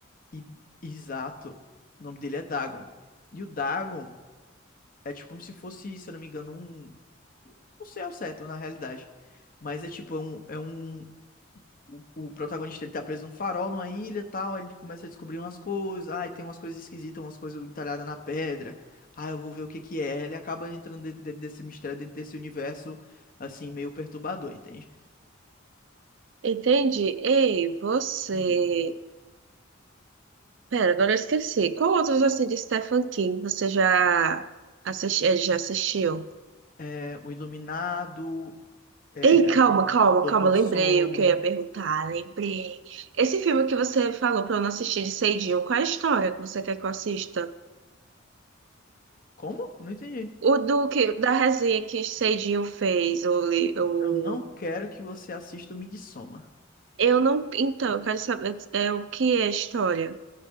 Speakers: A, on the left; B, on the right.
A: E- exato. O nome dele é Dagon. E o Dagon é tipo como se fosse, se eu não me engano, um. Não sei ao certo, na realidade. Mas é tipo, é um. É um... O, o protagonista ele tá preso num farol, numa ilha e tal. aí Ele começa a descobrir umas coisas. Ai, tem umas coisas esquisitas, umas coisas entalhadas na pedra. Ah, eu vou ver o que que é. Ele acaba entrando dentro de- desse mistério, dentro desse universo, assim, meio perturbador, entende?
B: Entendi. Ei, você.
A: Hum.
B: Pera, agora eu esqueci. Qual outros assim de Stephen King você já, assisti, eh, já assistiu?
A: É, o Iluminado, é,
B: Ei, calma,
A: aquele
B: calma,
A: Doutor
B: calma, lembrei
A: Sono.
B: o que eu ia perguntar, lembrei. Esse filme que você falou pra eu não assistir de Seidinho, qual é a história que você quer que eu assista?
A: Como? Não entendi.
B: O do que, da resenha que Seidinho fez, o, li- o...
A: Eu não quero que você assista o Midsommar.
B: Eu não... Então, eu quero saber é, o que é a história.